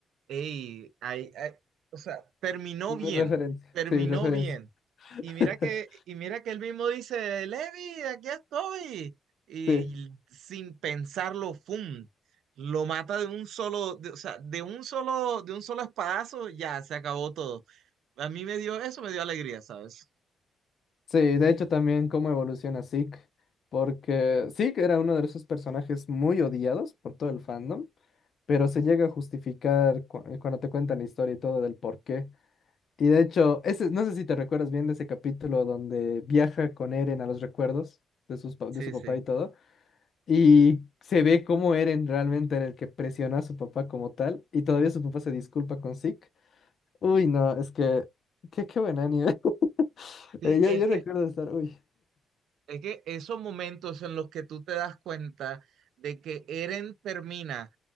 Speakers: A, on the right; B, on the left.
A: hey, ay, ay", o sea, terminó
B: <laughs>
A: bien,
B: Referencia,
A: terminó
B: sí, referencia.
A: bien.
B: <laughs>
A: Y mira que, y mira que él mismo dice, Levi, aquí estoy. Y
B: Sí.
A: sin pensarlo, ¡fum! Lo mata de un solo, de- o sea, de un solo, de un solo espadazo, ya se acabó todo. A mí me dio, eso me dio alegría, ¿sabes?
B: Sí, de hecho también cómo evoluciona Zeke, porque Zeke era uno de esos personajes muy odiados por todo el fandom, pero se llega a justificar cu- eh, cuando te cuentan la historia y todo del por qué. Y de hecho, ese, no sé si te recuerdas bien de ese capítulo donde viaja con Eren a los recuerdos de, sus, pa-
A: Sí,
B: de su papá
A: sí.
B: y todo, y se ve cómo Eren realmente era el que presionó a su papá como tal, y todavía su papá se disculpa con Zeke. Uy, no, es que, qué, qué buen anime. <laughs>
A: Sí,
B: Eh, yo,
A: es
B: yo
A: que,
B: recuerdo estar, uy.
A: es que esos momentos en los que tú te das cuenta de que Eren termina